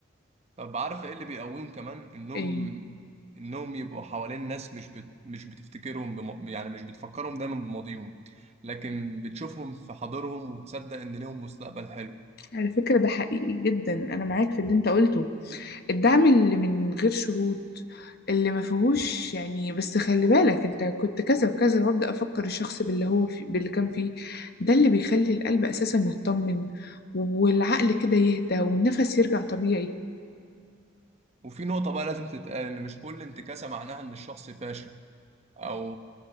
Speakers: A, on the right (about 30°); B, on the left (about 50°).
A: طب عارف ايه اللي بيقويهم كمان انهم
B: إيه
A: انهم يبقوا حوالين ناس مش بت... مش بتفتكرهم بم... يعني مش بتفكرهم دايما بماضيهم لكن بتشوفهم في حاضرهم وتصدق ان ليهم مستقبل حلو
B: على فكرة ده حقيقي جدا أنا معاك في اللي أنت قلته الدعم اللي من غير شروط اللي ما فيهوش يعني بس خلي بالك انت كنت كذا وكذا وابدا افكر الشخص باللي هو في باللي كان فيه ده اللي بيخلي القلب اساسا يطمن والعقل كده يهدى والنفس يرجع طبيعي
A: وفي نقطة بقى لازم تتقال ان مش كل انتكاسة معناها ان الشخص فاشل او